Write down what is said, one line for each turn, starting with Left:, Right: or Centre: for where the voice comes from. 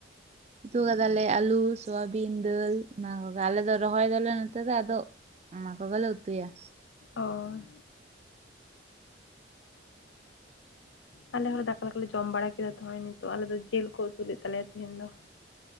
Right: ᱩᱛᱩ ᱠᱟᱫᱟᱞᱮ ᱟᱹᱞᱩ ᱥᱚᱣᱟᱵᱤᱱ ᱫᱟᱹᱞ ᱚᱱᱟ ᱠᱚᱜᱮ ᱟᱞᱮ ᱫᱚ ᱨᱚᱦᱚᱭ ᱫᱚᱞᱮ ᱱᱚᱛᱮ ᱫᱚ ᱟᱫᱚ ᱚᱱᱟ ᱠᱚ ᱜᱮᱞᱮ ᱩᱛᱩᱭᱟ᱾
Left: ᱚ᱾ ᱟᱞᱮ ᱦᱚᱲ ᱫᱟᱠᱟ ᱠᱚᱞᱮ, ᱡᱚᱢ ᱵᱟᱲᱟ ᱠᱮᱫᱟ ᱛᱚ, ᱱᱤᱛᱚᱜ ᱟᱞᱮ ᱫᱚ, ᱡᱤᱞ ᱠᱚ, ᱩᱛᱩ ᱞᱮᱫ ᱛᱟᱞᱮᱭᱟ, ᱛᱮᱦᱮᱧ ᱫᱚ